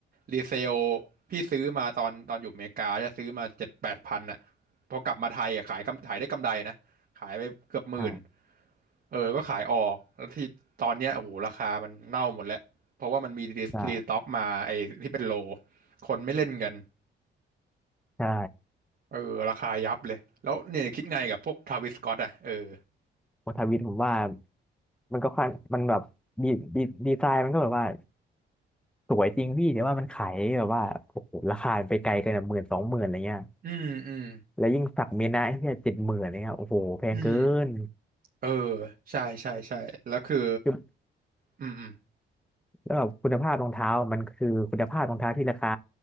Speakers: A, on the right (about 50°); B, in the centre.
A: รีเซลพี่ซื้อมาตอนตอนอยู่อเมริกาจะซื้อมาเจ็ดแปดพันอ่ะพอกลับมาไทยอ่ะขายกำขายได้กำไรนะขายไปเกือบหมื่น
B: ใช่
A: เออก็ขายออกแล้วที่ตอนเนี้ยโอ้โหราคามันเน่าหมดแล้วเพราะว่ามันมีรีรีสต็อกมาไอ้ที่เป็นโล
B: ใช่
A: คนไม่เล่นกัน
B: ใช่
A: เออราคายับเลยแล้วเนี่ยคิดไงกับพวกทาวิสสก็อตอ่ะเออ
B: โอทาวิทผมว่ามันก็ค่อนมันแบบดีดีดีไซน์มันก็แบบว่า สวยจริงพี่แต่ว่ามันขายแบบว่าโอ้โหราคามันไปไกลกันหมื่นสองหมื่นอะไรเงี้ย
A: อืมอืม
B: แล้วยิ่งสักเมยนะที่เจ็ดหมื่นเนี่ยโอ้โหแพงเกิน
A: อืมเออใช่ใช่ใช่แล้วคือ
B: คือ
A: อืมอืม
B: แล้วแบบคุณภาพรองเท้ามันคือคุณภาพรองเท้าที่ราคา